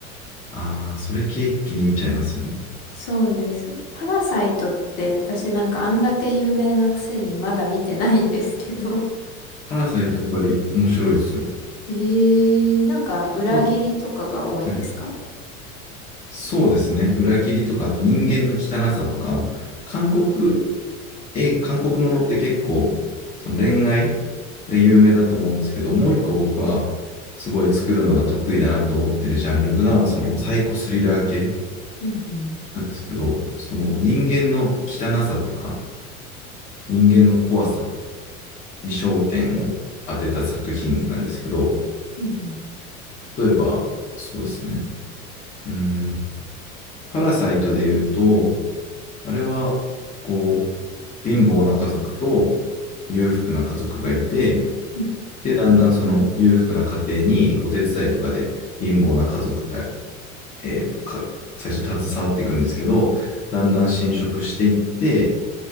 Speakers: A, on the left (about 15°); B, on the left (about 35°).
A: ああ、それ系一気に見ちゃいますよね。
B: そうです。パラサイトって、私なんか、あんだけ有名なくせに、まだ見てないんですけど。
A: パラサイトやっぱり面白いですよ。
B: <laughs> えー、なんか、裏切りとかが多いんですか
A: あはいそうですね。裏切りとか、あと人間の汚さとか、韓国え、韓国ものって結構、その恋愛が有名だと思うんですけど、もう一個僕はすごい作るのが得意だなと思ってるジャンルが、そのサイコスリラー系
B: うんうん。
A: なんですけど、その人間の汚さとか、人間の怖さに焦点を当てた作品なんですけど、
B: うんうん。
A: 例えば、そうですね、うーん、パラサイトで言うと、あれは、こう、貧乏な家族と裕福な家族がいて、
B: うん
A: で、だんだんその裕福な家庭にお手伝いとかで貧乏な家族が、えーと、か最初携わっていくんですけど、だんだん侵食していって、